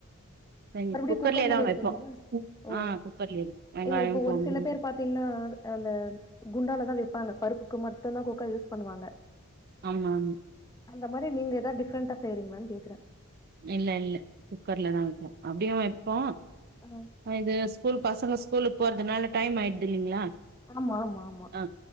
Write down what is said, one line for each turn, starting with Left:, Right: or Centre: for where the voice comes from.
Right: செஞ்சு
Left: மறுபடியு குக்கர்லயே
Right: தா
Left: வெப்பீங்களா
Right: வைப்போ
Left: ஓ
Right: ஆ குக்கர்லயே தா வெங்காயம்
Left: இல்ல இப்போ
Right: பூண்டு
Left: ஒரு சில பேர் பாத்தீங்கன்னா அது அந்த குண்டாலதா வெப்பாங்க பருப்புக்கு மட்டுந்தா குக்கர் யூஸ் பண்ணுவாங்க
Right: ஆமா ஆமா
Left: அந்த மாரி நீங்க ஏதா டிஃப்ரண்டா செய்ரிங்களான்னு கேக்குறே
Right: இல்ல இல்ல குக்கர்லதா வப்போ அப்டியு வைப்போ
Left: ம்
Right: ம் இது ஸ்கூல் பசங்க ஸ்கூலுக் போறதுனால டைம் ஆயிடுது இல்லிங்களா
Left: ஆமாமாமா
Right: அ